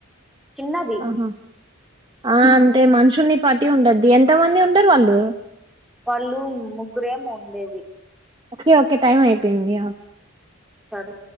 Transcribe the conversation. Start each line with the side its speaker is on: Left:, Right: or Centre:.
Centre: చిన్నది
Right: ఆహా! ఆ అంతే మనుషుల్ని పట్టి ఉంటది ఎంత మంది ఉండరు వాళ్ళు
Centre: వాళ్ళు ముగ్గురేమో ఉండేది
Right: ఓకే ఓకే టైం అయిపోయింది యా
Centre: సరే